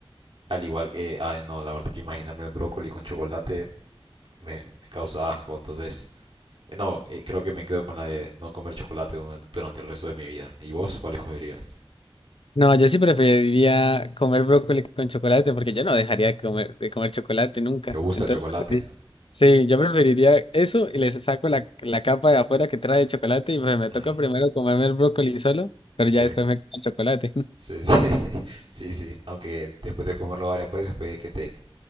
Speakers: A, on the right; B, on the left.
A: Al igual que, ay no, la verdad que imaginarme el brócoli con chocolate me, me causa asco, entonces, eh, no, eh, creo que me quedo con la de no comer chocolate du- durante el resto de mi vida. ¿Y vos cuál escogerías?
B: No, yo sí preferiría comer brócoli con chocolate porque yo no dejaría de comer, de comer chocolate nunca.
A: ¿Te gusta
B: Entonces,
A: el chocolate?
B: sí, sí, yo preferiría eso y les saco la, la capa de afuera que trae chocolate y pues me toca
A: Mm,
B: primero comerme el brócoli solo, pero
A: sí,
B: ya después me como el chocolate. <laughs>
A: sí, sí, <laughs> sí, sí, aunque después de comerlo varias veces puede que te,